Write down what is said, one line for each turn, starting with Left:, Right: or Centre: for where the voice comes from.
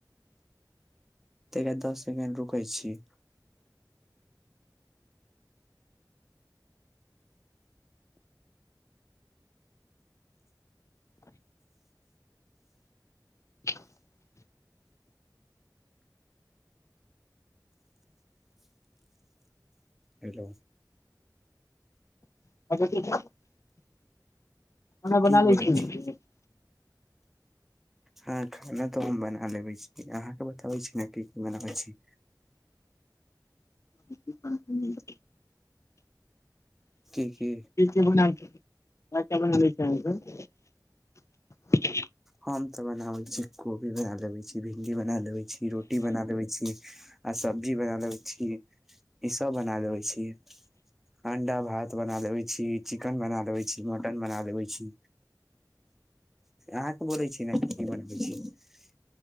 Centre: तऽरा दस सेकेंड रुकै छी
Left: <inaudible>
Centre: हेलो
Left: <unintelligible> खाना बना
Centre: की
Left: लेलि
Centre: बोलै छी
Left: <unintelligible>
Centre: हँ खाना तऽ हम बना लेबै छी अहाँके बताबै छी ने की बनाबै छी
Left: <unintelligible> <unintelligible>
Centre: की की
Left: <unintelligible>
Centre: हम तऽ बनाबै छी कोबी बना लेबै छी भिण्डी बना लेबै छी रोटी बना लेबे छी आ सब्जी बना लेबे छी ईसब बना लबे छी अणडा भात बना लेबे छी चिकेन बना लेबै छी मटन बना लबै छी आ बोले छि ना कि कि बनबे छि <unintelligible>